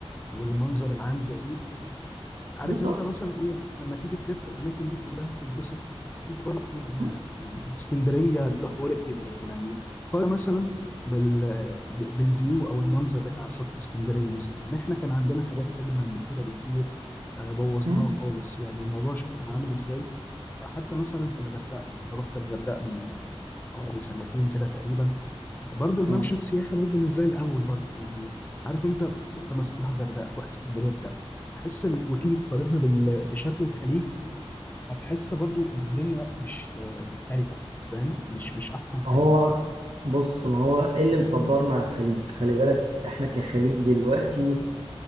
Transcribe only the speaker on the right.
بالظبط
م-
م-
آه.
هو بص ما هو إيه اللي مصبرنا على الخليج خلي بالك إحنا كخليج دلوقتي